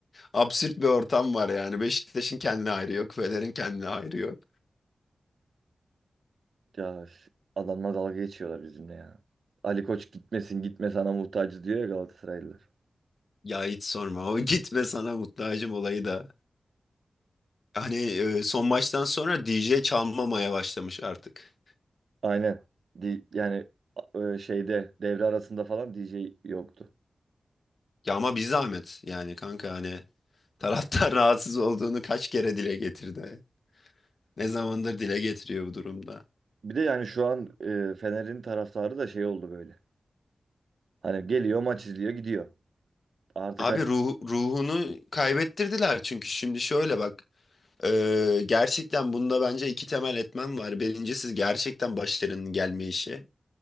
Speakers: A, on the left; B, on the right.
A: absürt bir ortam var yani. Beşiktaş'ın kendine hayrı yok, Fener'in kendine hayrı yok.
B: Ya ş- adamlar dalga geçiyorlar bizimle ya. Ali Koç gitmesin gitme sana muhtacız diyor ya Galatasaraylılar.
A: Ya hiç sorma. O <laughs> gitme sana muhtacım olayı da. Hani e, son maçtan sonra DJ çalmamaya başlamış artık.
B: Aynen. Di- yani e, şeyde devre arasında falan DJ yoktu.
A: Ya ama bir zahmet yani kanka hani taraftar <laughs> rahatsız olduğunu kaç kere dile getirdi. Ne zamandır dile getiriyor bu durumda.
B: Bir de yani şu an e, Fener'in taraftarı da şey oldu böyle. Hani geliyor maç izliyor gidiyor. Artık
A: Abi
B: hani
A: ruh, ruhunu kaybettirdiler çünkü şimdi şöyle bak e, gerçekten bunda bence iki temel etmen var. Birincisi gerçekten başarının gelme işi.